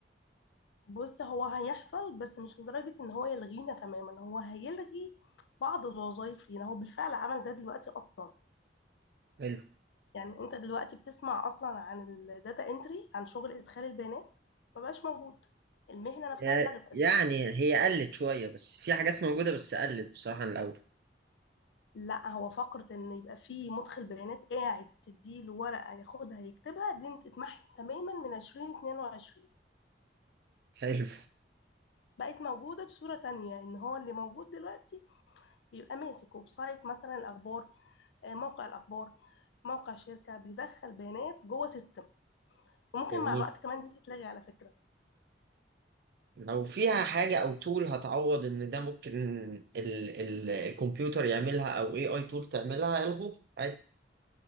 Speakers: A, on the left; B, on the right.
A: بص هو هيحصل بس مش لدرجة ان هو يلغينا تماما هو هيلغي بعض الوظائف لينا هو بالفعل عمل ده دلوقتي اصلا
B: حلو
A: يعني انت دلوقتي بتسمع اصلا عن الداتا انتري عن شغل ادخال البيانات ما بقاش موجود المهنة نفسها
B: يا-
A: اتلغت اصلا.
B: يعني هي قلت شوية بس في حاجات موجودة بس قلت بصراحة عن الأول
A: لا هو فقرة ان يبقى في مدخل بيانات قاعد تديله ورقة ياخدها يكتبها دي اتمحت تماما من 2022
B: حلو
A: بقت موجودة بصورة تانية ان هو اللي موجود دلوقتي بيبقى ماسك ويب سايت مثلا الاخبار آه، موقع الاخبار موقع شركه بيدخل بيانات جوه سيستم وممكن
B: جميل
A: مع الوقت كمان دي تتلغي على فكره
B: لو فيها حاجة أو تول هتعوض إن ده ممكن ال ال الكمبيوتر يعملها أو أي أي تول تعملها يلغوه عادي